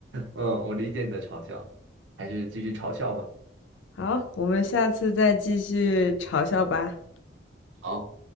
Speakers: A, on the right; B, on the left.
A: 嗯，我理解你的嘲笑，还是继续嘲笑吧。
B: 好，我们下次再继续嘲笑吧。
A: 好，